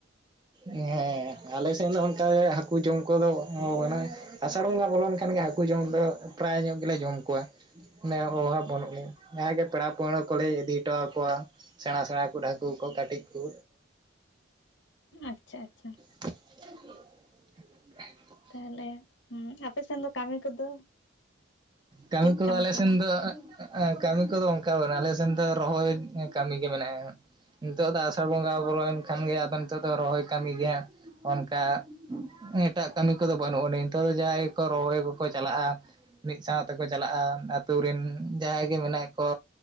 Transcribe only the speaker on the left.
ᱟᱪᱪᱷᱟ ᱟᱪᱪᱷᱟ
ᱛᱟᱦᱞᱮ ᱟᱯᱮ ᱥᱮᱱ ᱫᱚ ᱠᱟᱹᱢᱤ ᱠᱚᱫᱚ
ᱪᱮᱫ
ᱠᱚ